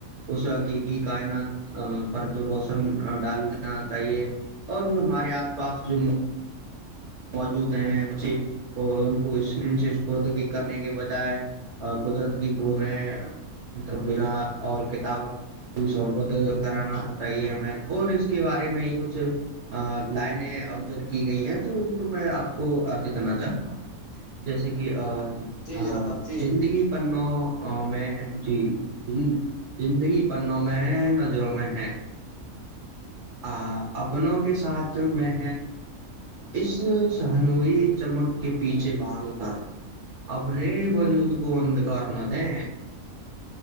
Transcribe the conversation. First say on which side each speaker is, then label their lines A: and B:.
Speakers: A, on the right; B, on the left.
A: اس حقیقی کائنات پر جو روشن ڈالنا چاہیے اور جو ہمارے آس پاس ج <unintelligible> موجود ہیں ب ان کو اسکرین سے کرنے کے بجائے قدرت کی پودیںبنا اور کتاب کی شحبت کرانا چاہیے ہمیں اور اس کے بارے میں ہی کچھ لائنیں افضل کی گئی ہیں تو تو میں آپ کو تنا چاہوں گا جیسے کہ آ
B: جی جناب جی
A: زندگی
B: جی
A: پنو میں ہے جی زندگی پنوں میں ہے نظروں میں ہے آ اپنوں کے ساتھ میں اس سہنوئی چمک کے پیچھے بھاگ کر ابریے بجو تو کو وند کارنا تھا